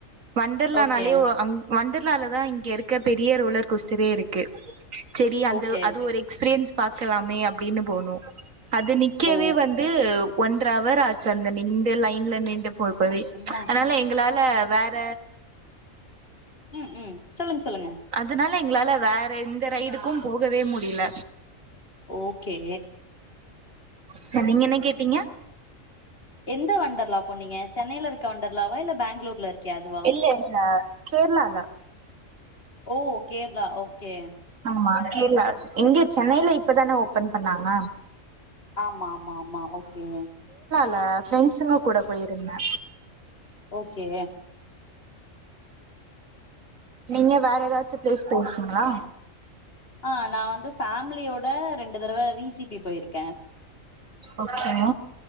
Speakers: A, on the right (about 90°); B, on the left (about 45°).
A: வண்டர்லானாலே
B: ஓகே
A: அங் வண்டர்லால தான் இங்க இருக்க பெரிய ரோலர் கொஸ்டரே இருக்கு சேரி அந்த
B: ஓகே
A: அது ஒரு எக்ஸ்பீரியன்ஸ் இருக்கலாமே அப்படின்னு போனோம் அது நிக்கவே
B: ஓ
A: வந்து ஒன்ரா அவர் ஆச்சு அந்த நிண்டு லைன்ல நிண்டு போ போவி
B: அம்மா
A: அதனால எங்களால வேற
B: உம் உம் சொல்லுங்க சொல்லுங்க
A: அதனால எங்களால வேற எந்த ரைடுக்கும் போகவே முடியல
B: ஓகே
A: ஹ் நீங்க என்ன கேட்டீங்க
B: எந்த வண்டரலா போனிங்க சென்னையில இருக்க வண்டர்லவா இல்ல பெங்களூர்ல இருக் கே அதுவா
A: இல்ல இல்ல கேரளால
B: ஓ கேரளா ஓகே
A: ஆமா கேரளா இங்க சென்னையில இப்பதானே ஓபன் பண்ணாங்க
B: ஆமா ஆமா ஆமா ஓகே
A: லா பிரண்ட்ஸ்ங்க கூட போயிருந்தேன்
B: ஓகே
A: நீங்க வேற ஏதாச்சு பிளேஸ் போச்சுங்களா
B: ஆஹ் நான் வந்து ஃபேமிலியோட ரெண்டு தடவ விஜிபி போயிருக்கேன்
A: ஓகே